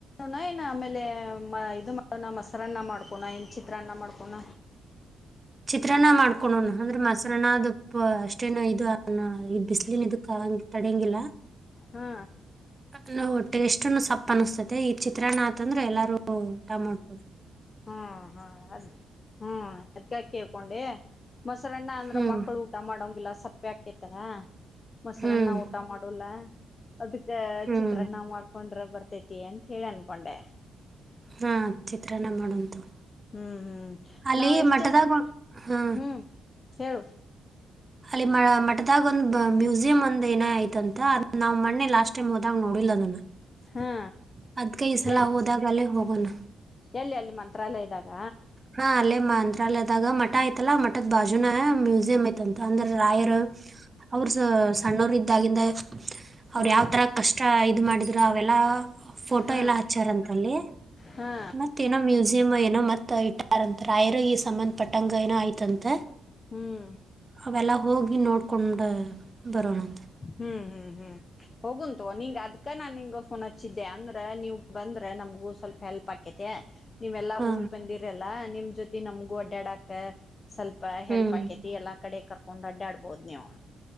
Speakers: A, on the left; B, on the right.
A: ಣ ಏನ ಆಮೇಲೆ ಇದು ಮಾಡೋಣ ಮೊಸರನ್ನ ಮಾಡ್ಕೋಣ ಇನ್ ಚಿತ್ರಾನ್ನ ಮಾಡ್ಕೋಣ.
B: ಚಿತ್ರಾನ್ನ ಮಾಡ್ಕೊಂಣೊಣ ಅಂದ್ರೆ ಮೊಸರನ್ನ ಅದು ಅಷ್ಟೇನ ಇದು ಬಿಸಿಲಿನ ಇದಕ್ಕ ತಡಿಯಂಗಿಲ್ಲಾ.
A: ಹಾ
B: ಅ ಟೇಸ್ಟ್ನು ಸಪ್ಪ ಅನಿಸ್ತತೆ ಈ ಚಿತ್ರಾನ್ನ ಆತಂದ್ರೆ ಎಲ್ಲಾರೂ ಊಟ ಮಾಡಬೊದು.
A: ಹ್ಮ್ ಹಾ ಅದ್ ಹ್ಮ್ ಅದ್ಕ ಕೇಳ್ಕೊಂಡೆ ಮೊಸರನ್ನ ಅಂದ್ರ
B: ಹ್ಮ್
A: ಮಕ್ಕಳು ಊಟ ಮಾಡಂಗಿಲ್ಲ ಸಪ್ಪೆ ಹಾಕೇತಲ ಮೊಸರನ್ನ
B: ಹ್ಮ್
A: ಊಟ ಮಾಡೊಲ್ಲ. ಅದಕ್ಕ
B: ಹ್ಮ್
A: ಚಿತ್ರಾನ್ನ ಮಾಡ್ಕೊಂಡ್ರೆ ಬರ್ತೇತಿ ಅಂತ ಹೇಳಿ ಅನ್ಕೊಂಡೆ.
B: ಹಾ ಚಿತ್ರನ್ನ ಮಾಡಂತೊಗ್
A: ಹ್ಮ್ ಹ್ಮ್
B: ಅಲ್ಲಿ
A: ನಾವ್ ಎಷ್ಟ್
B: ಮಠದಾಗ
A: ಜ
B: ಹಾ
A: ಹ್ಮ್ ಹೇಳು.
B: ಅಲ್ಲಿ ಮ ಮಟದಾಗ ಒಂದ ಮ್ಯೂಸಿಯಂ ಒಂದ್ ಏನ ಐತಂತ ಅದ್ಕು ನಾವ್ ಮನ್ನೆ ಲಾಸ್ಟ್ ಟೈಮ್ ಹೋದಾಗ ನೋಡಿಲ್ಲದನ್ನ. ಅದನ್ನ
A: ಹಾ
B: ಅದ್ಕೆ ಈ ಸಲ
A: ಎಲ್
B: ಹೋದಾಗಲ್ಲಿಗೋಗೋಣ.
A: ಎಲ್ಲಿ ಅಲ್ಲಿ ಮಂತ್ರಾಲಯದ್ದಾಗ.
B: ಹಾ ಅಲ್ಲೇ ಮಂತ್ರಾಲಯದಾಗ ಮಠ ಆಯ್ತಲ್ಲಾ ಮಠದ್ ಬಾಜುನ ಮ್ಯೂಸಿಯಂ ಐತ್ ತಂತ ಅಂದ್ರ ರಾಯರು ಅವ್ರ ಸ ಸಣ್ಣವರಿದ್ದಾಗಿಂದ ಅವ್ರು
A: ಹಾ
B: ಯಾವ್ ತರ ಕಷ್ಟ ಇದು ಮಾಡಿದ್ರರು ಅವೆಲ್ಲಾ ಫೋಟೋ
A: ಹಾ
B: ಎಲ್ಲ ಹಚ್ಚಾರಂತಲ್ಲಿ.
A: ಹಾ
B: ಮತ್ತ ಏನೋ ಮ್ಯೂಸಿಯಮ್ಮೊ ಏನೋ ಮತ್ ಇಟ್ಟಾರಂತ ರಾಯರು ಈ ಸಂಬಂಧ ಪಟ್ಟಂಗ ಏನೋ ಐತಂತೆ.
A: ಹ್ಮ್
B: ಅವೆಲ್ಲ ಹೋಗಿ ನೋಡ್ಕೊಂಡ ಬರೋಣಂತ.
A: ಹ್ಮ್ ಹ್ಮ್ ಹ್ಮ್ ಹೋಗುಂತೊಗ್ ನಿಂಗ್ ಅದ್ಕ ನಾನ್ ನಿಂಗ ಫೋನ್ ಹಚ್ಚಿದ್ದೆ ಅಂದ್ರೆ ನೀವ್ ಬಂದ್ರೆ ನಮ್ಗೂ ಸ್ವಲ್ಪ ಹೆಲ್ಪ್ ಆಕೇತಿ. ತೆ ನೀವೆಲ್ಲಾ
B: ಹಾ
A: ಹೋಗಿ ಬಂದಿರಲ್ಲಾ ನಿಮ್ ಜೊತಿ ನಮ್ಗೂ ಅಡ್ಡ್ಯಾಡಾಕ್ಕ ಸ್ವಲ್ಪ
B: ಹ್ಮ್
A: ಹೆಲ್ಪ್ ಆಕೇತಿ ಎಲ್ಲಾ ಕಡೆ ಕರ್ಕೊಂಡ್ ಅಡ್ಡಾಡ್ಬೋದ್ ನೀವು.